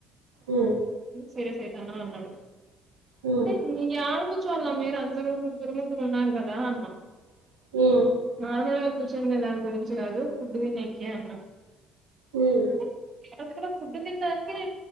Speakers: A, on the right; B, on the right.
A: మ్మ్
B: సీరియస్ అయితాంద అన్నాడు
A: ఉమ్
B: అంటే <unintelligible> చోల్లా మీరు అందరు ఉక్కిరిబిక్కిరి ఉన్నారు కదా అన్న
A: ఉమ్
B: నార్మల్ గా <unintelligible> దాని గురించి కాదు ఫుడ్డు తినేకి అన్న
A: ఉమ్ ఉమ్
B: <inaudible> ఫుడ్ తినడానికి